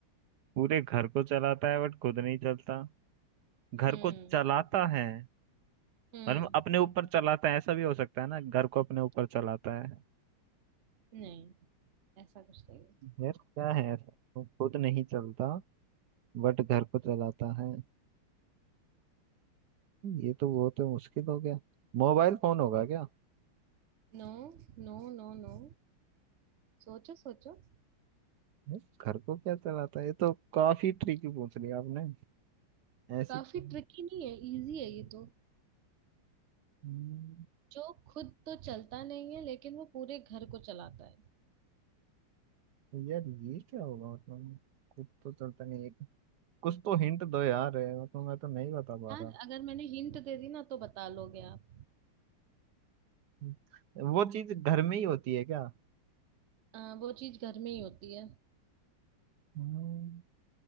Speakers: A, on the right; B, on the right.
A: पूरे घर को चलाता है बट खुद नहीं चलता घर
B: हम्म
A: को चलाता है
B: हम्म
A: और अपने ऊपर चलाता है ऐसा भी हो सकता है ना घर को अपने ऊपर चलाता है
B: नहीं ऐसा कुछ नहीं है
A: यार क्या है ऐसा वो खुद नहीं चलता बट घर को चलाता है ये तो बहुत मुश्किल हो गया मोबाइल फोन होगा क्या
B: No no no no सोचो सोचो
A: ये घर को क्या चलाता है ये तो काफी ट्रिकी पूछ लिया आपने ऐसी
B: काफी
A: कौन-
B: ट्रिकी नहीं है इजी है ये तो
A: हम्म,
B: जो खुद तो चलता नहीं है लेकिन वो पूरे घर को चलाता है
A: तो यार ये क्या होगा मतलब खुद तो चलता नहीं है कुछ तो हिंट दो यार मतलब मैं तो नहीं बता पा
B: यार
A: रहा
B: अगर मैंने हिंट दे दी ना तो बता लोगे आप
A: हम्म, वो चीज घर में ही होती है क्या
B: अ, वो चीज घर में ही होती है
A: हम्म,